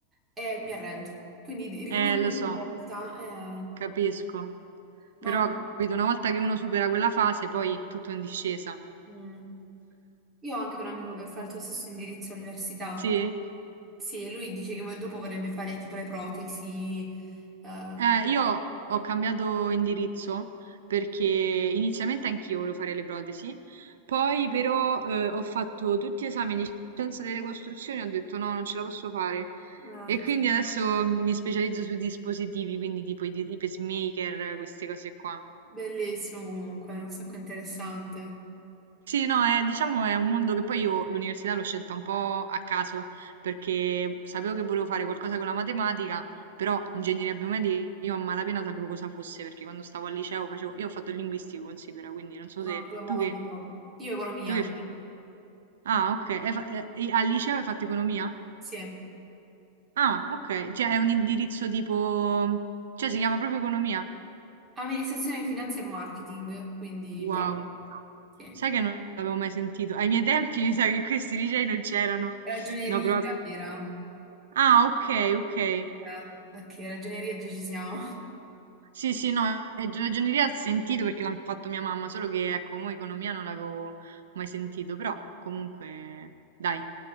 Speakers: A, on the right; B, on the right.
A: e mi arrendo. Quindi di- ricomincio
B: eh, lo
A: ogni
B: so,
A: volta, eh,
B: capisco.
A: ma
B: Però, capito, una volta che uno supera quella fase, poi tutto è in discesa.
A: mm, io ho anche un amico che fa il tuo stesso indirizzo all'università,
B: Sì?
A: sì, e lui dice che vo- dopo vorrebbe fare tipo le protesi, eh,
B: Eh, io ho cambiato indirizzo perché inizialmente anch'io volevo fare le protesi, poi però eh, ho fatto tutti gli esami di scienza delle costruzioni e ho detto no, non ce la posso fare.
A: eh,
B: E quindi adesso mi specializzo sui dispositivi, quindi tipo i, di- i pacemaker, queste cose qua.
A: bellissimo comunque, un sacco interessante.
B: Sì, no, è, diciamo è un mondo che poi io l'università l'ho scelta un po' a caso perché sapevo che volevo fare qualcosa con la matematica, però ingegneria biomedica io a malapena sapevo cosa fosse perché quando stavo al liceo facevo, io ho fatto il linguistico, considera, quindi non so
A: Ah,
B: se
A: due mondi
B: tu che,
A: proprio. Io economia.
B: tu che, ah, ok, hai fa- eh, e al liceo hai fatto economia?
A: Sì.
B: Ah, ok, cioè è un indirizzo tipo, cioè si chiama proprio economia?
A: Amministrazione di finanza e marketing, quindi
B: Wow,
A: però, sì.
B: sai che non l'avevo mai sentito, ai miei tempi mi sa che questi licei non c'erano,
A: Ragioneria
B: no, però...
A: era.
B: Ah, ok, ok.
A: Eh, ok, ragioneria già ci siamo. <laughs>
B: Sì, sì, no, eh, ragioneria ho sentito perché l'ha fatto mia mamma, solo che ecco, mo economia non l'avevo mai sentito, però comunque, dai,